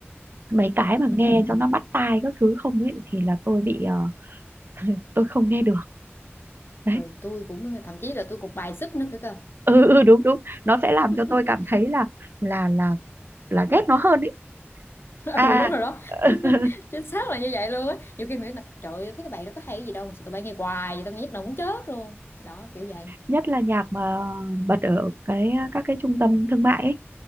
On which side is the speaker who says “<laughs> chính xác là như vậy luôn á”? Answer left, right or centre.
Left